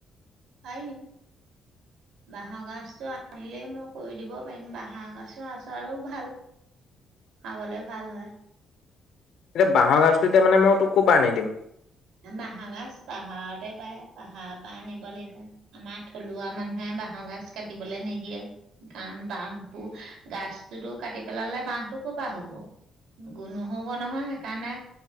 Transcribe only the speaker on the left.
এ', বাঁহৰ গাজটো, এতিয়া মানে মই তোক কৰপা আনি দিম।